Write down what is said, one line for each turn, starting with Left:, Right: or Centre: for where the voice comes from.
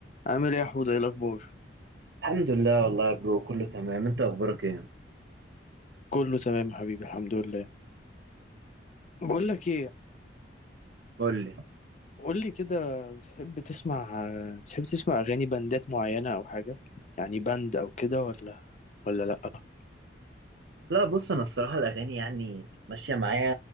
Left: عامل ايه يا حوده ايه الاخبار
Right: الحمد لله والله يا برو كله تمام انت اخبارك ايه
Left: كله تمام يا حبيبي الحمد لله بقول لك ايه
Right: قول لي
Left: قول لي كده بتحب تسمع بتحب تسمع اغاني باندات معينه او حاجه يعني باند او كده ولا ولا لا
Right: لا بص انا الصراحه الاغاني يعني ماشيه معايا